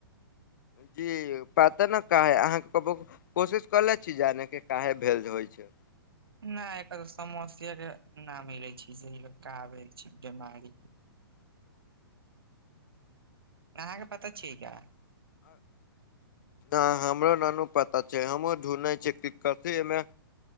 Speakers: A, on the left; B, on the right.
A: जी पता ने का है अहाँके कहब कोशिश कले छी जाने के काहे भे होइ छै
B: नहि एकर तऽ समस्य के न मिलै छै से कऽ भालि छै बीमारी आहाँके पता छियै का
A: आ हमरो नानू पता छै हमहुँ ढूँढ़ै छियै की कथिमे